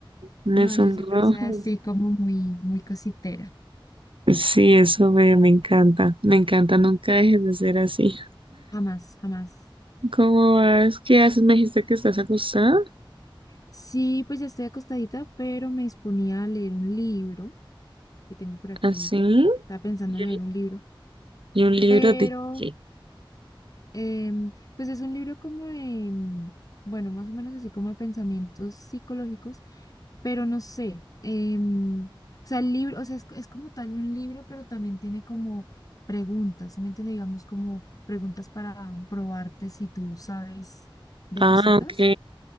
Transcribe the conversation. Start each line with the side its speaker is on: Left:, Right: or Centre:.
Right: me
Left: No,
Right: sonrojas.
Left: yo siempre soy así como muy, muy cositera.
Right: Sí, eso veo, me encanta, me encanta, nunca dejes de ser así.
Left: Jamás, jamás.
Right: ¿Cómo vas? ¿Qué haces? Me dijiste que estás acostada,
Left: Sí, pues ya estoy acostadita, pero me disponía a leer un libro que tengo por aquí.
Right: así.
Left: Estaba pensando
Right: ¿Y
Left: en
Right: un,
Left: leer un libro,
Right: y un libro
Left: pero
Right: de qué?
Left: Em, pues es un libro como de, mm, bueno, más o menos así como de pensamientos psicológicos, pero no sé. em, o sea, el libro, o sea, es, es como tal un libro, pero también tiene como preguntas, ¿sí me entiende? Digamos como preguntas para probarte si tú sabes de
Right: Ah,
Left: cositas.
Right: ok.